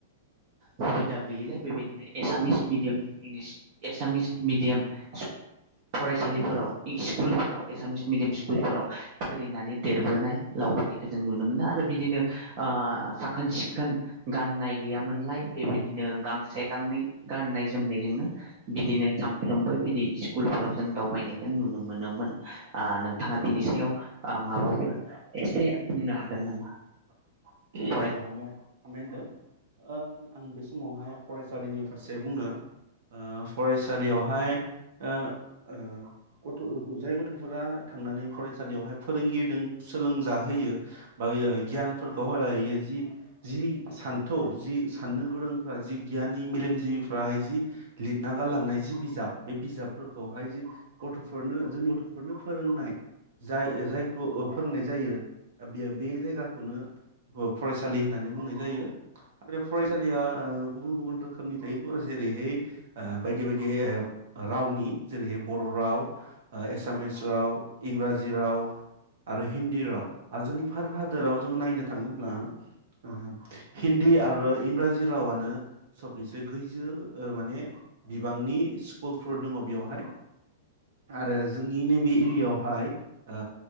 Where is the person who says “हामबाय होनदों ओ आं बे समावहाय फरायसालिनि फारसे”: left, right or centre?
Right